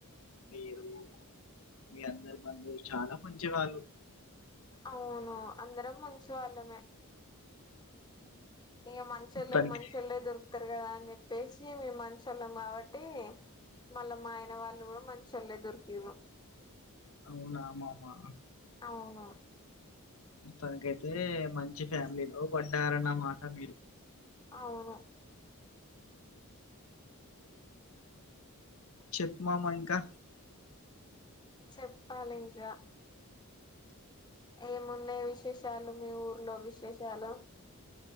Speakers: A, on the left; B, on the left.
A: మీరు మీ అందరు బంధువులు చాలా మంచివాళ్ళు
B: అవును అందరం మంచి వాళ్ళమే ఇగ మంచిలకి
A: మొత్తానికి
B: మంచోలే దొరుకుతారు కదండీ అని చెప్పేసి మేము మంచి వాళ్ళం కాబట్టి మళ్ళా మా ఆయన వాళ్ళు కూడా మంచి వాళ్ళు దొరికిరూ
A: అవునామ ఆ
B: అవునా
A: మొత్తానికైతే మంచి ఫ్యామిలీలో పడ్డారన్నమాట మీరు
B: అవును
A: చెప్పు మామా ఇంకా
B: చెప్పాలి ఇంకా ఏమున్నాయి విశేషాలు చాలు మీ ఊర్లో విష్ విషయాలు